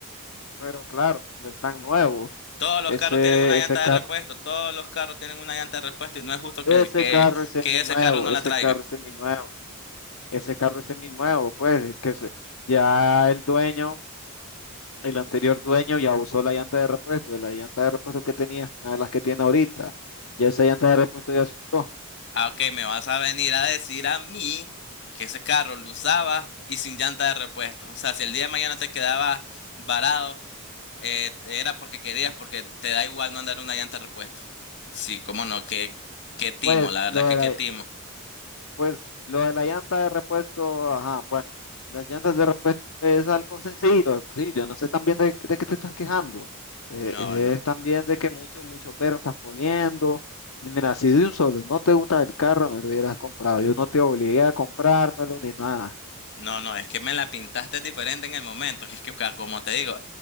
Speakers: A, on the left; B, on the left.
A: Pero claro, no es tan nuevo.
B: Todos los
A: Ese,
B: carros tienen una llanta
A: ese carro
B: de repuesto, todos los carros tienen una llanta de repuesto y no es justo que,
A: Ese
B: que,
A: carro es seminuevo,
B: que ese carro no
A: ese
B: la traiga.
A: carro es seminuevo, ese carro es seminuevo, pues que se- ya el dueño, el anterior dueño ya usó la llanta de repuesto, y la llanta de repuesto que tenía es una de las que tiene ahorita, ya esa llanta de repuesto ya se usó.
B: Ah, ok, me vas a venir a decir a mí que ese carro lo usaba y sin llanta de repuesto. O sea, si el día de mañana te quedabas varado, eh, era porque querías, porque te da igual no andar una llanta de repuesto. Sí, cómo no, qué, qué timo,
A: Pues
B: la verdad
A: lo de
B: que
A: la-
B: qué timo.
A: Pues lo de la llanta de repuesto, ajá, bueno, las llantas de repuesto es algo sencillo, sí, yo no sé también de, de qué te estás quejando, eh,
B: No,
A: es
B: no.
A: también de que mucho, mucho pero estás poniendo, Y mira, si de un solo no te gusta el carro, no lo hubieras comprado, yo no te obligué a comprármelo ni nada,
B: No, no, es que me la pintaste diferente en el momento, que es que ca- como te digo,